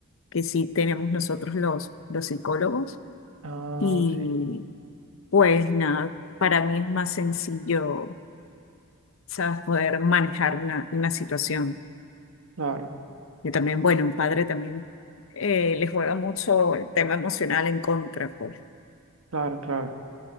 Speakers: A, on the left; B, on the right.
A: que sí tenemos nosotros los, los psicólogos.
B: Ah,
A: Y,
B: sí.
A: Pues nada, para mí es más sencillo, sabes, poder manejar una, una situación.
B: Claro,
A: Yo también, bueno, un padre también eh, le juega mucho el tema emocional en contra, pues.
B: claro, claro.